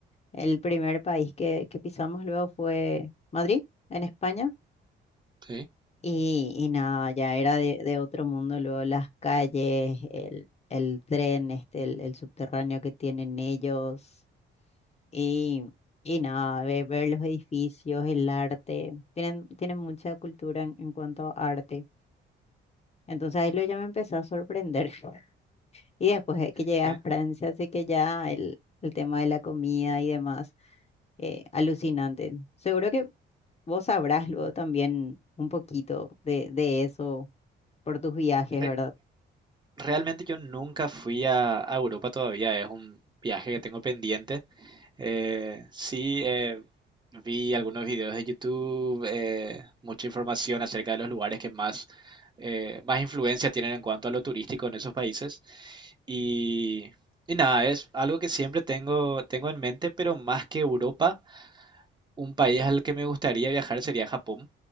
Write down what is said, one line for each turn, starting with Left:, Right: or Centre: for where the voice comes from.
Left: El primer país que, que pisamos luego fue Madrid, en España.
Right: Sí,
Left: Y, y nada, ya era de, de otro mundo, luego las calles, el, el tren, este, el, el subterráneo que tienen ellos, y, y nada, ve- ver, los edificios, el arte, tienen, tienen mucha cultura en, en cuanto a arte. Entonces ahí lo ya me empezó a sorprender. <laughs> Y después de que llegué
Right: Que
Left: a Francia, así que ya el, el tema de la comida y demás, eh, alucinante. Seguro que vos sabrás luego también un poquito de, de eso por tus viajes,
Right: re-
Left: ¿verdad?
Right: realmente yo nunca fui a, a Europa todavía, es un viaje que tengo pendiente. Eh, sí, eh, vi algunos videos de YouTube, eh, mucha información acerca de los lugares que más, eh, más influencia tienen en cuanto a lo turístico en esos países. Y, y nada, es algo que siempre tengo, tengo en mente, pero más que Europa, un país al que me gustaría viajar sería Japón,